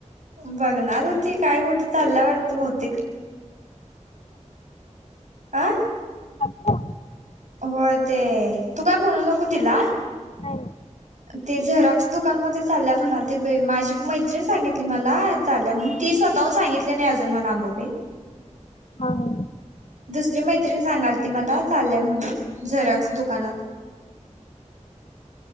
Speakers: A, on the right; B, on the left.
A: बघणार होती काय कुठ चाललाय वाटतं बहुतेक. आं
B: हा हा.
A: हो ते तू काय म्हणू नको तिला.
B: हो.
A: ते झेरॉक्स दुकानमध्ये चालल्या म्हणाल ते माझी मैत्रिणी सांगितली मला चालल्या म्हणून ती स्वतःहून सांगितली नाही अजून मला आंबोपे
B: हा हा.
A: दुसरी मैत्रिणी सांगाल ती मला चालल्या म्हणून झेरॉक्स दुकानात.